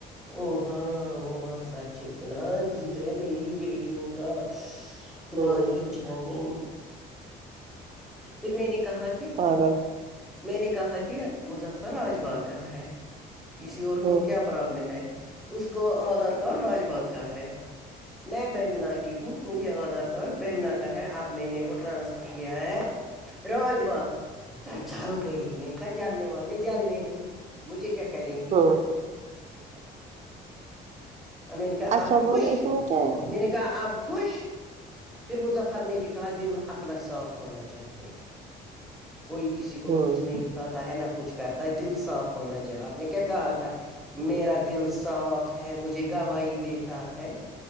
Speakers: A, in the centre; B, on the right (about 45°).
A: او ہاں وہ بہت سچ ہے اتنا ضد ہے میری بیٹیوں کا خدا
B: ہوں
A: ہی
B: ہوں
A: جانیں پھر میں نے کہا کہ
B: <inaudible>
A: میں نے کہا کہ مظفر آج با کا ہے کسی اور
B: ہوں
A: کو کیا پرابلم ہے اس کو آدھار کارڈ راج باغ کا ہے میں بیمنا کی ہوں مجھے آدھار کارڈ بیمنا کا ہے اب میں نے وہ ٹرانسفر کیا ہے راج باغ جل گئی میں نے کہا جلنے والے جلنے دو مجھے کیا کریں گے
B: ہوں
A: میں نے کہا
B: اچھا
A: آپ خوش
B: بول اس میں کیا ہے
A: میں نے کہا آپ خوش پھر مظفرنبی کا دل اپنا صاف ہونا چاہیے کوئی کسی کو
B: ہوں
A: کچھ نہیں کھاتا ہے نہ کچھ کرتا ہے دل صاف ہونا چاہیے آپ نے کیا کہا تھا میرا دل صاف ہے مجھے گوائی دیتا ہے